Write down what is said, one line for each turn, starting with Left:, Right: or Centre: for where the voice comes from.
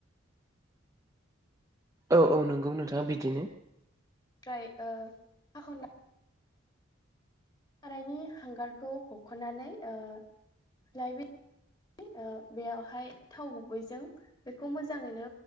Right: औ औ नंगौ नोंथां बिदिनो
Left: ओमफ्राय ओ <unintelligible> सारायनि हांगारखौ हख'नानै ओ लाइ ओ‌ बेयावहाय थाव गुबैजों बेखौ मोजाङैनो